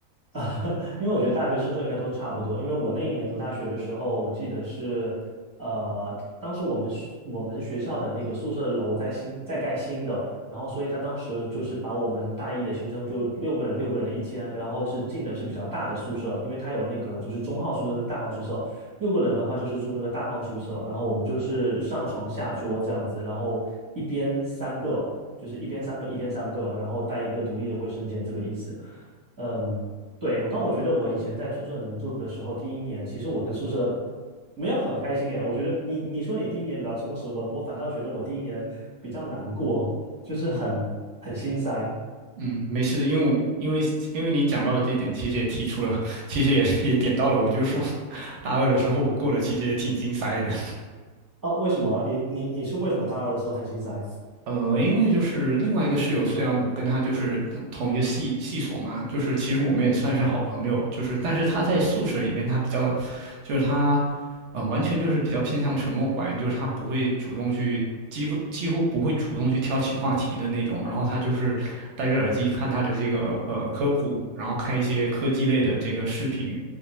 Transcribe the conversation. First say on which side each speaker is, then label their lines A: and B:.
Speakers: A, on the right; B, on the right.
A: <laughs> 因为我觉得大学宿舍应该都差不多。因为我那一年读大学的时候，我记得是，呃，当时我们学我们学校的那个宿舍楼在新在盖新的，然后所以他当时就是把我们大一的新生就六个人六个人一间，然后是进的是比较大的宿舍，因为他有那个就是中号宿舍跟大号宿舍，六个人的话就是住那个大号宿舍，然后我们就是上床下桌这样子，然后一边三个，就是一边三个一边三个，然后带一个独立的卫生间这个意思。嗯，对，当我觉得我以前在宿舍里面住的时候，第一年其实我跟宿舍没有很开心耶。我觉得你你说你第一年比较充实，我我反倒觉得我第一年比较难过，就是很很心塞。
B: 嗯。嗯，没事，因为我因为因为你讲到了这一点，其实也提出了，其实也也点到了，我就说 <laughs> 大二的时候我过得其实也挺精彩的。
A: 哦，为什么？你你你是为什么大二的时候很心塞？
B: 呃，因为就是另外一个室友，虽然我跟他就是同一个系系所嘛，就是其实我们也算是好朋友，就是但是他在宿舍里面，他比较，就是他，呃，完全就是比较偏向沉默寡言，就是他不会主动去，几不几乎不会主动去挑起话题的那种，然后他就是戴着耳机看他的这个呃科普，然后看一些科技类的这个视频，